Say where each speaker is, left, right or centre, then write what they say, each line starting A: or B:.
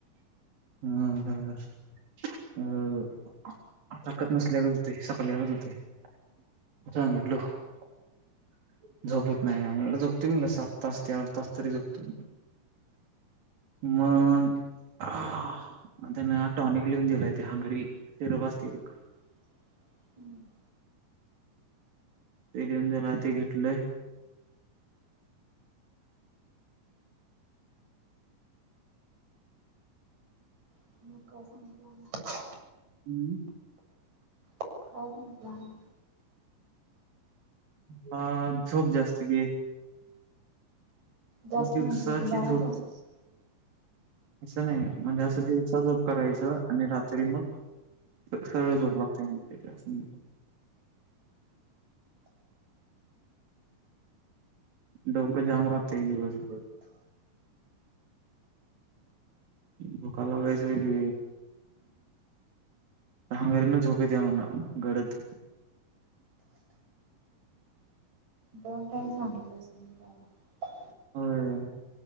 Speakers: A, on the right; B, on the right.
A: अ अं ताकद नसल्यागत होतय. सपल्यागत होतय. <unintelligible> झोप होत नाही म्हणल झोपतील न सात तास ते आठ तास तरी झोपते मन त्यांन टॉनिक लिहुन दिलाय. ते हांगरी सिरप असते बघ
B: <inaudible>
A: ते दीवुन दिलं ते घेतलंय.
B: <unintelligible>
A: हम्म
B: काय सांगितलं मग
A: हं झोप जास्त घे.
B: जास्त
A: दिवसाची
B: म्हणजे किती बारा
A: झोप
B: तास
A: असं नाही म्हणजे असं दिवसा झोप करायचं आणि रात्री मग अथळ झोप लागते म्हणे त्यासनी. डोक‌ जाम राहतय दिवसभर. भुका लागायचं वेली हंगरीना झोप येत म्हन गडद.
B: दोन टाईम सांगितलं असेल न घ्यायला.
A: होय